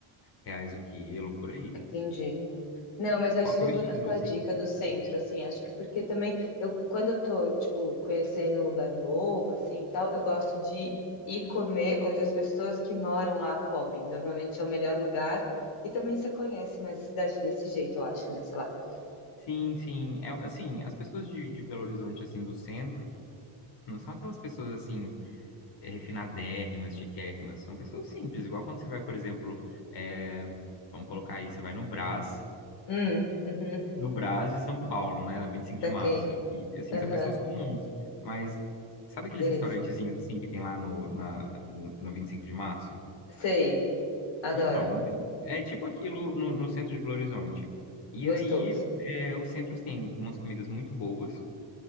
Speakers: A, on the left; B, on the left.
A: reais o quilo, por aí.
B: Entendi. Não, mas acho
A: Qual que
B: que eu
A: é o
B: vou
A: estilo,
B: na sua
A: assim?
B: dica do centro, assim, acho que porque também eu, quando eu tô, tipo, conhecendo um lugar novo, assim, e tal, eu gosto de ir comer onde as pessoas que moram lá comem. Normalmente é o melhor lugar e também você conhece mais a cidade desse jeito, eu acho, né? Sei lá.
A: Sim, sim. É, assim, as pessoas de, de Belo Horizonte, assim, do centro, não são aquelas pessoas, assim, eh, refinadérrimas, chiquérrimas. São pessoas simples. Igual quando você vai, por exemplo, eh, vamos colocar aí, você vai no Brás,
B: Hum, uhum.
A: no Brás de São Paulo, né, na 25
B: Saquei.
A: de março. E, assim,
B: Aham.
A: são pessoas comuns. Mas sabe aqueles
B: Delícia.
A: restaurantezinhos, assim, que tem lá no, na, no 25 de março?
B: Sei. Adoro.
A: Então, mesmo- é tipo aquilo no, no centro de Belo Horizonte. E
B: Gostoso.
A: aí, eh, os centros têm umas comidas muito boas,